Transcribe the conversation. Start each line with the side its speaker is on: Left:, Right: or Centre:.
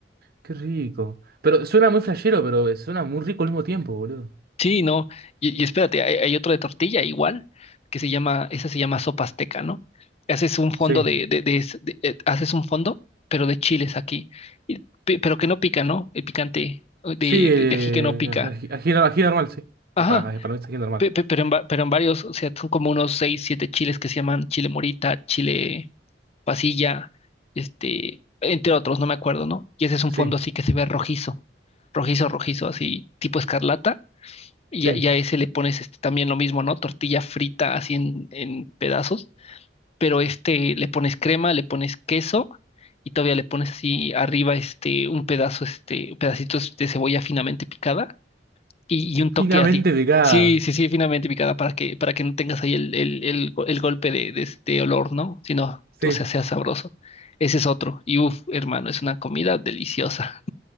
Right: Qué rico. Pero suena muy flashero, pero suena muy rico al mismo tiempo, boludo.
Left: Sí, no. Y, y espérate, hay, hay otro de tortilla igual, que se llama, esa se llama sopa azteca, ¿no? Haces un fondo
Right: Sí.
Left: de, de- de es- de- eh, haces un fondo, pero de chiles aquí, Y pe- pero que no pica, ¿no? El picante de,
Right: Sí, eh,
Left: de, de aquí que no pica.
Right: ají, ají- ají normal, sí.
Left: Ajá,
Right: Ah, para, para mí es ají normal.
Left: pe- pe- pero en, va- pero en varios, o sea, son como unos seis, siete chiles que se llaman chile morita, chile pasilla, este, entre otros, no me acuerdo, ¿no? Y ese es un fondo
Right: Sí,
Left: así que se ve rojizo, rojizo, rojizo, así tipo escarlata y
Right: sí.
Left: a, y a ese le pones este, también lo mismo, ¿no? Tortilla frita así en, en pedazos, pero este le pones crema, le pones queso y todavía le pones así arriba este un pedazo, este pedacitos de cebolla finamente picada y, y un toque
Right: Finamente
Left: así,
Right: picada.
Left: sí, sí, sí, finamente picada para que para que no tengas ahí el, el, el, go- el golpe de, de este olor, ¿no? Sino,
Right: Sí.
Left: o sea, sea sabroso. Ese es otro. Y uff, hermano, es una comida deliciosa.